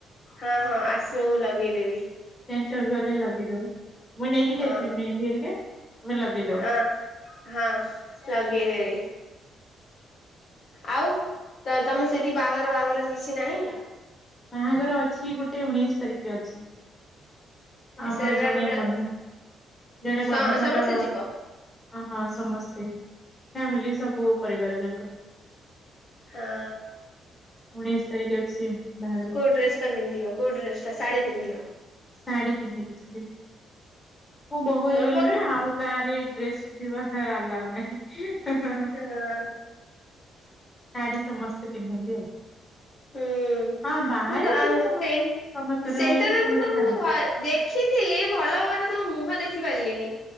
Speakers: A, on the left; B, on the left.
A: ହଁ ହଁ ଆସିବ ମୁଁ ଲଗେଇଦେବି।
B: ସେଣ୍ଟର ଗଲେ ଲଗେଇଦବ ମୁଁ ନେଇକି
A: ହଁ।
B: ଯାଇଥିବି ମେହେନ୍ଦି ହେରିକା। ତମେ ଲଗେଇଦବ।
A: ହଁ ହଁ ଲଗେଇଦେବି। ଆଉ ତ ତମ ସେଠି ବାହାଘର ବାହାଘର କିଛି ନାହିଁ।
B: ବାହାଘର ଅଛି ଗୋଟେ ଉଣେଇଶି ତାରିଖରେ ଅଛି। ଆମର
A: ସେଟା
B: ଜଣେ
A: ମାନେ
B: ବନ୍ଧୁ ଜଣେ
A: ସ
B: ବନ୍ଧୁଙ୍କର
A: ସମସ୍ତେ ଯିବ
B: ହଁ ସମସ୍ତେ। ଫ୍ୟାମିଲି ସବୁ ପରିବାର ଯାକ
A: ହଁ
B: ଉଣେଇଶି ତାରିଖ ଅଛି ବାହାଘର।
A: କୋଉ ଡ୍ରେସ ଟା ପିଧିବ କୋଉ ଡ୍ରେସ ଟା ଶାଢୀ ପିନ୍ଧିବ
B: ଶାଢୀ ପିନ୍ଧିକି ଯିବି ମୁଁ ବୋହୂ ହେଇଗଲିଣି
A: ତମ ପାଖରେ
B: ନା ଆଉ ଗାଁ ରେ ଡ୍ରେସ୍ ପିନ୍ଧିବା ଅଲ୍ଲଉନାହିଁ ହ ହ ହ
A: ହଁ
B: ଶାଢୀ ସମସ୍ତେ ପିନ୍ଧନ୍ତି ଆଉ
A: ହୁଁ
B: ହଁ ବାହାରେ
A: ମୁଁ ତ ଆଉ
B: ଯିଏ ସମସ୍ତେ
A: ସେନ୍
B: ସମସ୍ତେ
A: ସେଣ୍ଟରରେ
B: ରହିଲେ ସମସ୍ତେ
A: ମୁଁ ତମକୁ
B: ଶାଢ଼ୀ
A: ଦେଖିଥିଲି ଭଲ ଭାବରେ ତମ ମୁହଁ ଦେଖି ଦେଖପାରିଲିନି